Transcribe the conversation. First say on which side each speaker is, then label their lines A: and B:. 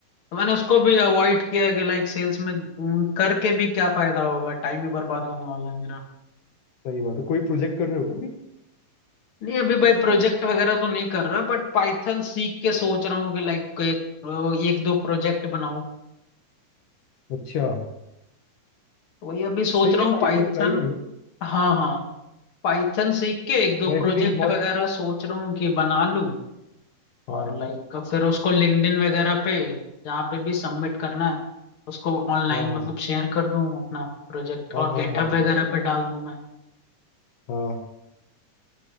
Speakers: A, on the left (about 45°); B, on the left (about 75°).
A: तो मैंने उसको भी अवॉइड किया कि लाइक सेल्स में हम्म, करके भी क्या फायदा होगा टाइम ही बर्बाद होने वाला है मेरा
B: सही बात है कोई प्रोजेक्ट कर रहे हो क्या अभी?
A: नहीं अभी भाई प्रोजेक्ट वगैरह तो नहीं कर रहा बट पाइथन सीख के सोच रहा हूँ कि लाइक एक एक दो प्रोजेक्ट बनाऊं
B: अच्छा
A: तो वही अभी सोच
B: सही
A: रहा
B: है
A: हूँ
B: पाइथन
A: पाइथन
B: ट्राई करो
A: हाँ हाँ पाइथन सीख के एक दो
B: वैसे
A: प्रोजेक्ट
B: भी बहुत
A: वगैरह सोच रहा हूँ कि बना लूं
B: हाँ
A: और लाइक फिर उसको लिंक्डइन वगैरह पे जहाँ पे भी सबमिट करना है उसको ऑनलाइन
B: हाँ हाँ
A: मतलब शेयर कर दूं अपना प्रोजेक्ट
B: हाँ
A: और
B: हाँ
A: गेटअप
B: हाँ
A: वगैरह पे डाल दूं मैं
B: हाँ हाँ